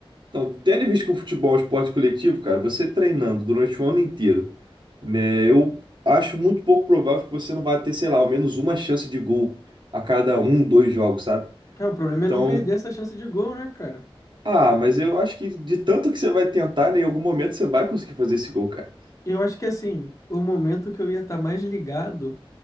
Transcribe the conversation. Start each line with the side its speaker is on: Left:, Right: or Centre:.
Right: Então, tendo em vista que o futebol é um esporte coletivo, cara, você treinando durante o ano inteiro, né? Eu acho muito pouco provável que você não vai ter, sei lá, ao menos uma chance de gol a cada um, dois jogos, sabe?
Left: Cara, o problema
Right: Então,
Left: é não perder essa chance de gol, né, cara?
Right: ah, mas eu acho que de tanto que você vai tentar, né, em algum momento você vai conseguir fazer esse gol, cara.
Left: Eu acho que assim, o momento que eu ia estar mais ligado